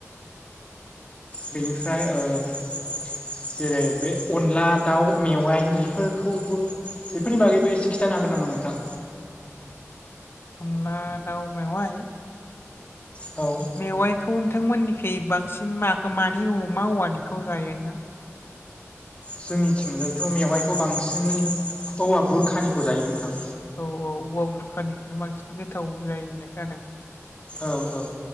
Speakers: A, on the left; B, on the left.
A: बेनिफ्राय जेरै बे अनला दाउ मेवाइ बेफोरखौबो बेफोरनि बागैबो एसे खिथानो हागोन नामा नोंथां
B: अनला दाउ मेवाइ
A: औ
B: मेवाइखौ नोंथांमोननिखु बांसिन म मानि अमा औवानिखौ जायो नोंथां
A: जोंनिथििंजायथ' मेवाइखौ बांसिन औवा बुरखानिखौ जायो नोंथां
B: औ औ औवा बुरखानिखौनो बांसिन गोथाव जायो होननाय खोनादों।
A: औ औ